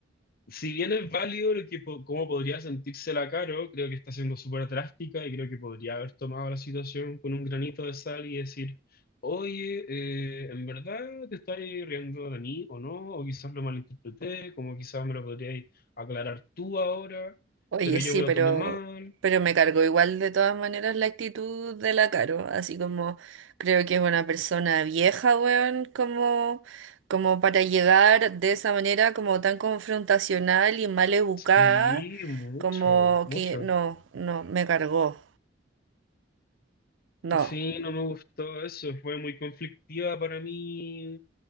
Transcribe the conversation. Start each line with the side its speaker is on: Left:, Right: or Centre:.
Left: Si bien es válido lo que, po- cómo podría sentírsela Caro, creo que está siendo súper drástica y creo que podría haber tomado la situación con un granito de sal y decir, oye, eh, ¿en verdad te estás riendo de mí o no? O quizás lo malinterpreté, como quizás me lo podrías aclarar tú ahora,
Right: Oye,
Left: pero yo
Right: sí,
Left: me lo
Right: pero,
Left: tomé mal.
Right: pero me cargó igual de todas maneras la actitud de la Caro. Así como creo que es una persona vieja, weón, como, como para llegar de esa manera como tan confrontacional y mal educada,
Left: Sí, mucho,
Right: como
Left: mucho.
Right: que no, no, me cargó. No.
Left: Sí, no me gustó eso, fue muy conflictiva para mí.